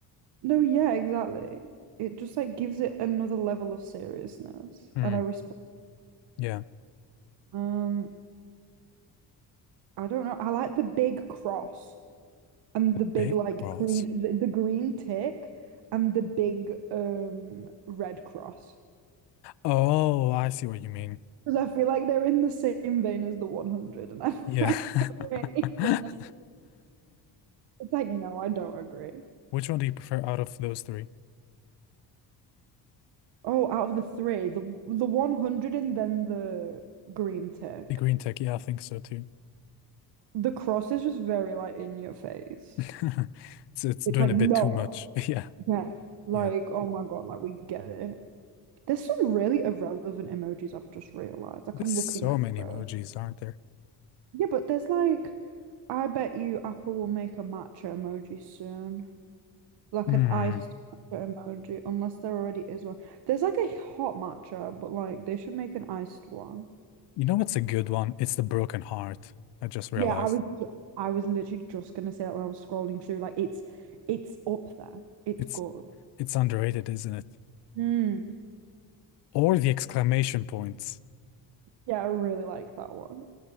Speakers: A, on the right; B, on the left.
A: no, yeah, exactly. It just like gives it another level of seriousness.
B: Mm,
A: And I respect
B: yeah,
A: um I don't know. I like the big cross. and
B: the
A: the big
B: big
A: like
B: cross.
A: green the, the green tick and the big um red cross
B: Oh, I see what you mean.
A: because I feel like they're in the same vein as the 100 and <laughs> I find
B: Yeah.
A: it
B: <laughs>
A: really It's like no, I don't agree.
B: Which one do you prefer out of those three?
A: Oh, out of the three, the the 100 and then the green tick.
B: The green tech, yeah, I think so too.
A: The cross is just very like in your face.
B: <laughs> It's it's doing
A: It's like
B: a
A: no,
B: bit too much. <laughs> Yeah,
A: yeah. Like
B: yeah.
A: oh my god, like we get it. There's some really irrelevant emojis I've just realized. Like
B: There's
A: I'm
B: so
A: looking through.
B: many emojis, aren't there?
A: Yeah, but there's like, I bet you Apple will make a matcha emoji soon. Like
B: Hmm.
A: an iced matcha emoji, unless there already is one. There's like a hot matcha, but like they should make an iced one.
B: You know what's a good one? It's the broken heart. I just realized.
A: Yeah, I was ju- I was literally just gonna say that when I was scrolling through. Like it's it's up there. It's
B: It's
A: good.
B: it's underrated, isn't it?
A: Mm.
B: Or the exclamation points.
A: Yeah, I really like that one.